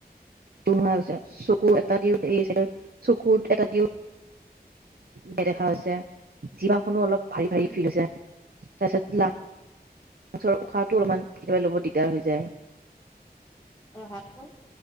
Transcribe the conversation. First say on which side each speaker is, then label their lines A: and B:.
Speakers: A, on the right; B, on the left.
A: নোহছে চকু এটা দিওঁ এই চকুত এটা দিওঁ। নেদেখা হৈছে। যিভা খনো অলপ ভাৰি ভাৰি
B: হয় নেকি?
A: ফিল হৈছে। তাৰপিছত লা লাংচৰ উশাহটো অলপমান কেতিয়াবা ল'ব দিগদাৰ হৈ যায়।
B: আৰু হাতখন?